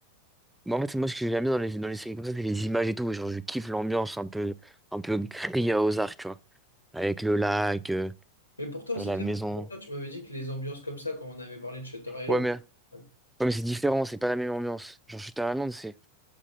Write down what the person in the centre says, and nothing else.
bah, en fait, moi, ce que j'aime bien dans les, dans les séries comme ça, c'est les images et tout. Genre, je kiffe l'ambiance un peu, un peu gris à Ozark, tu vois. Avec le lac, euh,
la
maison.
Ouais, mais,
ouais,
mais c'est différent, c'est pas la même ambiance. Genre, je suis à Londres, c'est.